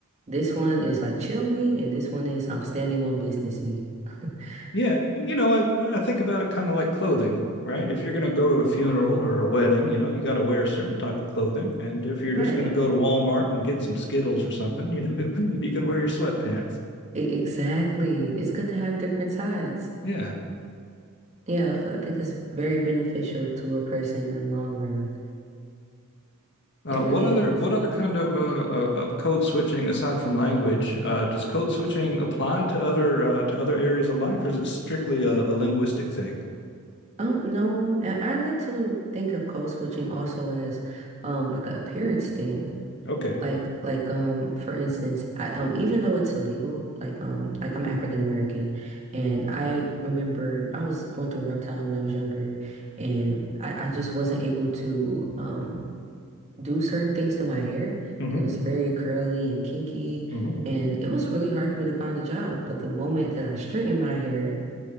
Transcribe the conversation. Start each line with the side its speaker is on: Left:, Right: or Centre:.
Right: this one is like chill me, and this one is I'm standing on business me. <laughs>
Left: yeah. You know, I, I think about it kind of like clothing, right? If you're going to go to a funeral or a wedding, you know, you got to wear a certain type of clothing. And if you're
Right: Right.
Left: just going to go to Walmart and get some Skittles or something, you know, <laughs> you can wear your sweatpants.
Right: E- exactly. It's good to have different sides.
Left: Yeah.
Right: Yeah, I feel, I think that's very beneficial to a person in the long run.
Left: Uh,
Right: It really
Left: what other
Right: is.
Left: what other kind of uh, uh, of code switching aside from language uh, does code switching apply to other uh, to other areas of life, or is it strictly a, a linguistic thing?
Right: Um, no, I I like to think of code switching also as um like an appearance thing.
Left: Okay.
Right: Like like um for instance, I um even though it's illegal, like um like I'm African American and I remember I was going through a rough time when I was younger and I, I just wasn't able to um do certain things to my hair
Left: Mm-hmm.
Right: and it was very curly and kinky
Left: Mm-hmm.
Right: and it was really hard for me to find a job. But the moment that I straightened my hair,